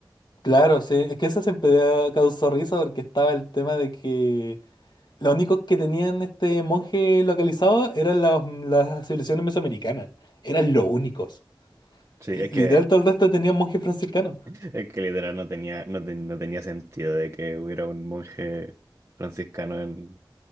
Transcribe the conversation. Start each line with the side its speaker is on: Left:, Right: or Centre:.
Left: Claro, sí, es que eso siempre da- causó risa porque estaba el tema de que los únicos que tenían este monje localizado eran las, las civilizaciones mesoamericanas, eran los únicos.
Right: Sí,
Left: Li-
Right: es
Left: Literal,
Right: que,
Left: todo el resto tenían monjes franciscanos.
Right: es que literal no tenía, no, te- no tenía sentido de que hubiera un monje franciscano en,